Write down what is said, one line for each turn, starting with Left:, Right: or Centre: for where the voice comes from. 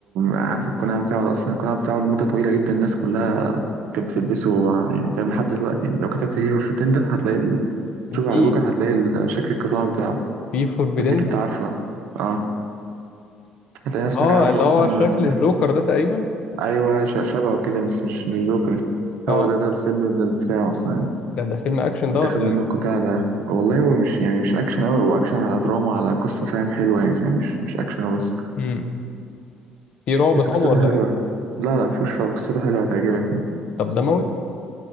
Right: عارف القناع بتاعه ده اصلا القناع بتاعه لمده طويله جدا الناس كلها كانت بتلبسه يعني فاهم لحد دلوقتي يعني لو كتبت في فور فيتين ده هتلاقي ال... تشوف
Left: في
Right: على جوجل هتلاقي ال- شكل القناع بتاعه
Left: في فور فيدندا
Right: هتلاقيك انت عارفه اه هتلاقي نفسك
Left: اه
Right: عارفه
Left: اللي
Right: اصلا
Left: هو شكل
Right: من القناع
Left: الجوكر ده تقريبا
Right: ايوه ش- شبهه كده بس مش مش جوكر
Left: اه
Right: هو ده ده الفيلم ده بتاعه اصلا يعني
Left: ده ده فيلم اكشن
Right: اللي
Left: ده
Right: اتاخد
Left: ولا ايه
Right: منه القطاع ده والله هو مش يعني مش اكشن قوي هو اكشن على دراما على قصه فاهم حلوه يعني فاهم مش مش اكشن هو بس
Left: امم في رعب
Right: بس
Left: طب
Right: قصته
Left: ولا
Right: حلوة
Left: ايه
Right: لا لا مفهوش رعب قصته حلوة هتعجبك يعني
Left: طب دموي